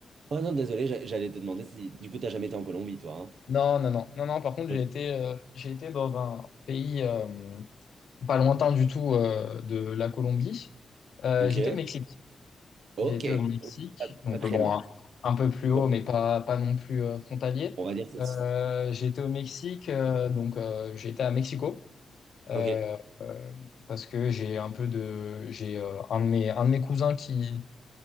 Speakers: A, on the right; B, on the left.
A: Oh non, désolé, j'a- j'allais te demander si du coup, t'as jamais été en Colombie, toi.
B: Non, non, non. Non, non, par contre, j'ai
A: hein
B: été, euh, j'ai été dans un pays euh, pas lointain du tout euh, de la Colombie. Euh,
A: Ok,
B: j'étais au Mexique.
A: ok,
B: J'ai été au Mexique,
A: pas,
B: donc
A: pas très
B: euh, bon,
A: loin.
B: un, un peu plus
A: Bon.
B: haut, mais pas, pas non plus euh, frontalier.
A: On va dire que
B: Euh,
A: c'est...
B: j'ai été au Mexique, euh, donc euh, j'ai été à Mexico, euh,
A: Ok,
B: euh, parce que j'ai un peu de, j'ai euh, un de mes, un de mes cousins qui,